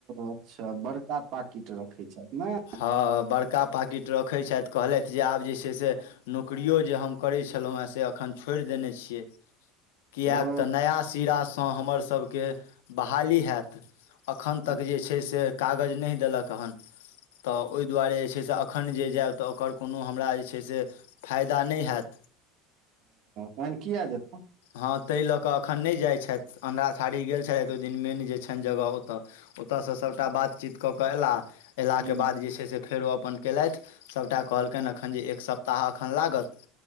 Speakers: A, on the right (about 55°); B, on the left (about 70°).
A: अच्छा बड़का पाकिट रखैत छथि ने
B: हँ बड़का पाकिट रखै छथि कहलथि जे आब जे छै से नौकरिओ जे हम करै छलहुँ हेँ से एखन छोड़ि देने छियै किया
A: ओ
B: तऽ नया सिरासँ हमरसभके बहाली हेएत अखन
A: ओ
B: तक जे छै से कागज नहि देलक हन तऽ ओहि दुआरे जे छै से एखन जे जायब तऽ ओकर कोनो हमरा जे छै से फैयदा नै हैत
A: तहन किया जेता
B: हँ तहि लऽ कऽ अखन नहि जाइत छथि अन्धराठाड़ी गेल छलथि ओहि दिन मेन जे छनि जगह ओतय ओतयसँ सभटा बातचीत कऽ कऽ एला एला
A: ओ
B: ओहिके बाद जे छै से फेर ओ अपन केलथि सभटा कहलकनि एखन जे एक सप्ताह एखन लागत